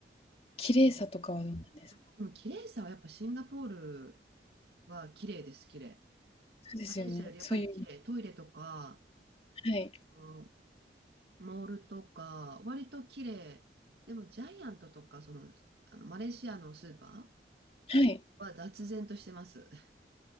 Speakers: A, on the left; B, on the right.
A: 綺麗さとかはどうなんですか？
B: そうでも綺麗さはやっぱシンガポールは綺麗です、綺麗。
A: そうですよね。
B: マレーシアよりやっぱり綺麗。
A: そういう意味で
B: トイレとか、
A: はい、
B: うんモールとか、割と綺麗。でもジャイアントとか、その、あのマレーシアのスーパー
A: はい。
B: は雑然としてます。<laughs>